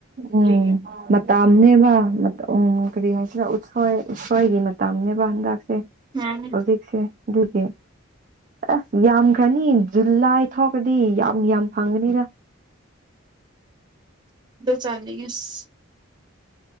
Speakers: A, on the right; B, on the right.
A: ꯎꯝ
B: ꯀꯔꯤꯒꯤ
A: ꯃꯇꯥꯝꯅꯦꯕ ꯎꯝ ꯀꯔꯤ ꯍꯥꯏꯁꯤꯔꯥ ꯣꯏ ꯏꯁꯣꯏꯒꯤ ꯃꯇꯝꯅꯦꯕ ꯍꯟꯗꯛꯁꯦ
B: ꯎꯝ
A: ꯍꯧꯖꯤꯛꯁꯦ ꯑꯗꯨꯒꯤ ꯑꯁ ꯌꯥꯝꯌꯥꯝ ꯀ꯭ꯔꯥꯅꯤ ꯖꯨꯜꯂꯥꯏ ꯊꯛ ꯗꯤ ꯌꯥꯝ ꯌꯥꯝ ꯐꯪꯒꯅꯤꯔ
B: ꯆꯥꯟꯁ